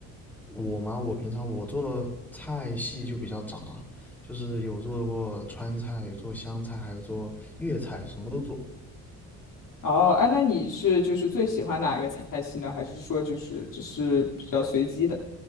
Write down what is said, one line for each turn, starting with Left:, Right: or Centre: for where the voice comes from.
Centre: 我嘛，我平常我做的菜系就比较杂，就是有做过川菜，有做湘菜，还有做粤菜，什么都做。
Left: 哦，哎，那你是就是最喜欢哪一个菜系呢？还是说就是只是比较随机的